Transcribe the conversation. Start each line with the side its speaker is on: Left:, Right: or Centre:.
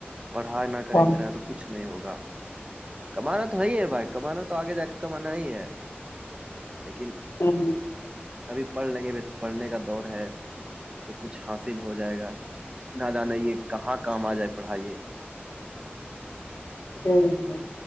Right: پڑھائی نہ کریں
Left: ہاں،
Right: گے نا تو کچھ نہیں ہوگا کمانا تو ہے ہی ہے بھائی کمانا تو آگے جا کے کمانا ہی ہے لیکن
Left: ہوں
Right: ابھی پڑھ لیں گے پڑھنے کا دور ہے تو کچھ حاصل ہو جائے گا نہ جانے یہ کہاں کام آ جائے پڑھائی یہ
Left: <inaudible> <inaudible>